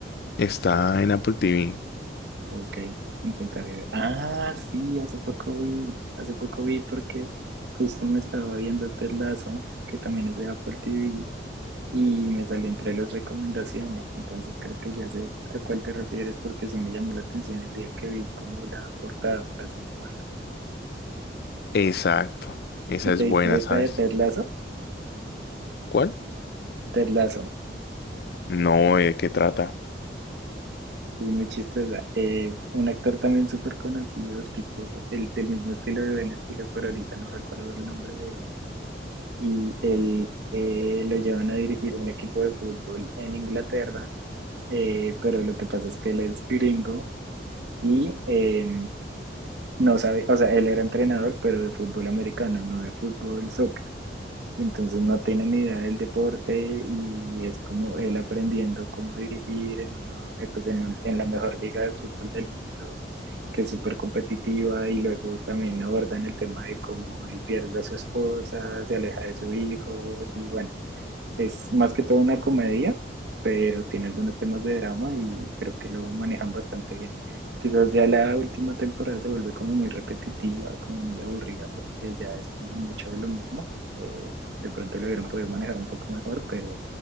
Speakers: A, on the left (about 60°); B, on the right (about 70°).
A: Está en Apple TV.
B: Ok, intentaré ver. Ah, sí, hace poco vi, hace poco vi porque justo me estaba viendo Ted Lasso, que también es de Apple TV, y me salió entre las recomendaciones. Entonces creo que ya sé a cuál te refieres porque sí me llamó la atención el día que vi como la portada, por así llamarlo.
A: Exacto. Esa
B: ¿Y
A: es
B: te diste
A: buena,
B: esta
A: ¿sabes?
B: de Ted Lasso?
A: ¿Cuál?
B: Ted Lasso.
A: No, ¿de qué trata?
B: Es muy chistosa. Es un actor también súper conocido, tipo, el del mismo estilo de Ben Stiller, pero ahorita no recuerdo el nombre de él. Y él eh, lo llevan a dirigir un equipo de fútbol en Inglaterra, eh, pero lo que pasa es que él es gringo y eh, no sabe, o sea, él era entrenador, pero de fútbol americano, no de fútbol soccer. Entonces no tiene ni idea del deporte y es como él aprendiendo cómo dirigir en, una, eh, pues en, un- en la mejor liga de fútbol del mundo, que es súper competitiva y luego también abordan el tema de cómo él pierde a su esposa, se aleja de su hijo y bueno, es más que todo una comedia, pero tiene algunos temas de drama y creo que lo manejan bastante bien. Quizás ya la última temporada se vuelve como muy repetitiva, como muy aburrida, porque ya es como mucho de lo mismo. Eh, de pronto lo hubieran podido manejar un poco mejor, pero